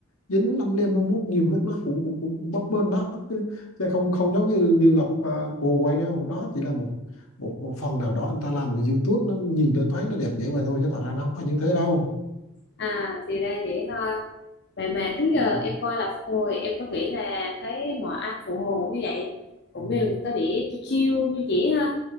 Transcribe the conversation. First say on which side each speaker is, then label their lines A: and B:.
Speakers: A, on the left; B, on the left.
A: dính lăm lem lăm lúc nhiều lúc nó cũng cũng cũng, cũng bấp bênh lắm chứ, chứ không không giống như như lọc à, bồ quay đâu đó chỉ là một, một một phần nào đó anh ta làm cái YouTube nó nhìn lên thấy nó đẹp vậy vậy thôi chứ thật ra nó không phải như thế đâu
B: à thì ra vậy ha vậy mà trước
A: ừ.
B: giờ em coi là Phụ Hồ thì em có nghĩ là cái mọi ăn Phụ Hồ cũng như vậy cũng
A: Ừ.
B: đều có vẻ chill chill như vậy ha